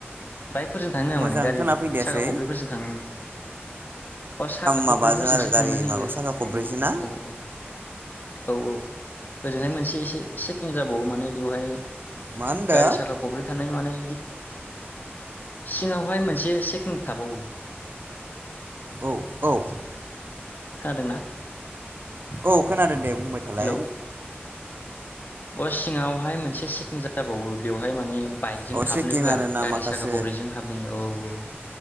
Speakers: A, on the left (about 45°); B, on the right (about 50°).
A: बाइकफोरजों थांनो होया
B: मोजां
A: माने गारि
B: खोनाफैदियासै
A: साखा खब्रैफोरजों थांनो मोनो। अ साखा
B: माबाजों
A: खब्रैफोरजोंसो
B: आरो गारि
A: थांनो होयो
B: माबा साखा खब्रैसो
A: औ
B: ना
A: औ औ औ औ। ओजोंहाय मोनसे एसे चेकिं जाबावो माने बेवहाय
B: मा होनदो
A: गारि साखा खब्रै थानाय मानाय इक सिङावहाय मोनसे चेकिं थाबावो।
B: औ औ
A: खोनादों ना?
B: औ खोनादों दे बुंबाय थालाय
A: हेलौ अ सिङावहाय मोनसे चिकिं जाबावो बेवहा हाय माने बाइकजों
B: अ चेकिं
A: हाबनो होआ
B: आरोना
A: गारि
B: माखासे
A: साखा खब्रैजों हाबनो होयो औ औ।